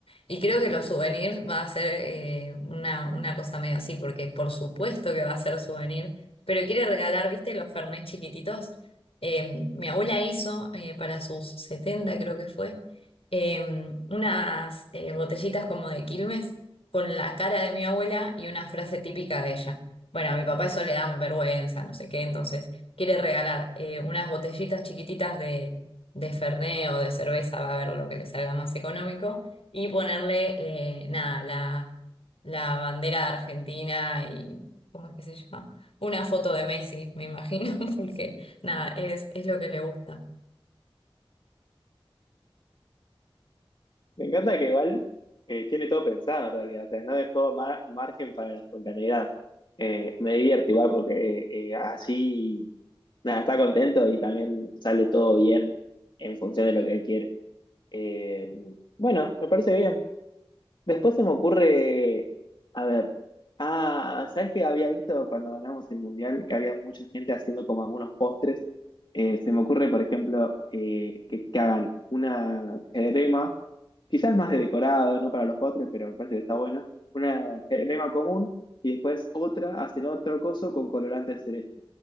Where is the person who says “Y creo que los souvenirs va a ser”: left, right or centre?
Left